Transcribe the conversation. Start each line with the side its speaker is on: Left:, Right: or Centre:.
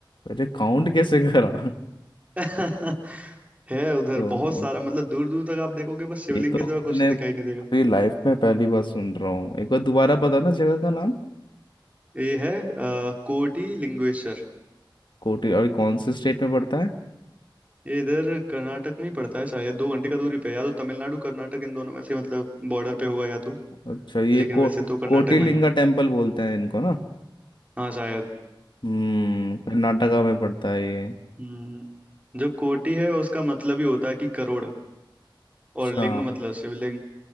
Left: अरे काउंट कैसे करा
Right: <laughs> है उधर
Left: तो
Right: बहुत सारा मतलब दूर दूर तक आप देखोगे बस शिवलिंग
Left: ये तो
Right: के सिवा
Left: मैंने
Right: कुछ दिखाई
Left: पूरी
Right: नहीं देगा
Left: लाइफ में पहली बार सुन रहा हूँ एक बार दोबारा बताना जगह का नाम
Right: ये है आ, कोटी लिंगेश्वर
Left: कोटी और कौन से स्टेट में पड़ता है
Right: ये इधर कर्नाटक में ही पड़ता है शायद दो घंटे का दूरी पे है। या तो तमिलनाडु कर्नाटक इन दोनों में से मतलब बॉर्डर पे होगा या तो
Left: अच्छा ये
Right: लेकिन
Left: को
Right: वैसे तो कर्नाटक
Left: कोटिलिंगा
Right: में ही है
Left: टेम्पल बोलते हैं इनको ना
Right: हाँ शायद
Left: हम्म कर्नाटका में पड़ता है ये
Right: हम्म जो कोटी है उसका मतलब ही होता है कि करोड़
Left: अच्छा
Right: और लिंग मतलब शिवलिंग